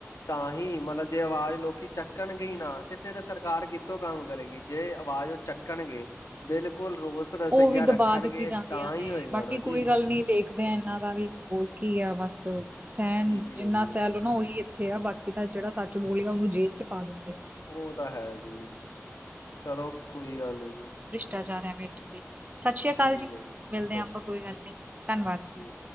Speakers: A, on the left; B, on the right.
A: ਤਾਂ ਹੀ ਮਤਲਬ ਜੇ ਆਵਾਜ਼ ਲੋਕੀ ਚੱਕਣਗੇ ਹੀ ਨਾ ਤੇ ਫਿਰ ਸਰਕਾਰ ਕਿੱਥੋਂ ਕੰਮ ਕਰੇਗੀ। ਜੇ ਆਵਾਜ਼ ਚੱਕਣਗੇ ਬਿਲਕੁਲ ਰੋਸ ਰਸਈਆ
B: ਉਹ ਵੀ ਦਬਾ
A: ਰੱਖਣਗੇ
B: ਦਿੱਤੀ ਜਾਂਦੀਆਂ
A: ਤਾਂ
B: ਨੇ
A: ਹੀ ਹੋਏਗਾ
B: ਬਾਕੀ
A: ਨਾ ਜੀ।
B: ਕੋਈ ਗੱਲ ਨੀ ਦੇਖਦੇ ਆ ਇਹਨਾਂ ਦਾ ਵੀ ਹੋਰ ਕੀ ਆ ਬਸ ਸੈਨ
A: ਇਹੀ
B: ਜਿੰਨਾ
A: ਹੈ ਜੀ
B: ਸੈ ਲਓ ਉਹਨਾਂ ਉਹੀ ਆ ਇਹ ਆ ਬਾਕੀ ਦਾ ਜਿਹੜਾ ਸੱਚ ਬੋਲਗਾ ਉਹਨੂੰ ਜੇਲ੍ਹ ਚ ਪਾ ਦਿੰਦੇ।
A: ਉਹ ਤਾਂ ਹੈ ਜੀ ਚਲੋ ਕੋਈ ਗੱਲ ਨਹੀਂ ਜੀ।
B: <unintelligible> ਸਸ਼੍ਰੀ ਅਕਾਲ
A: ਠੀਕ
B: ਜੀ,
A: ਹੈ
B: ਮਿਲਦੇ
A: ਸਤਿ
B: ਆ ਆਪਾਂ
A: ਸ਼੍ਰੀ
B: ਕੋਈ
A: ਅਕਾਲ
B: ਗੱਲ ਨੀ, ਧਨਵਾਦ।
A: ਠੀਕ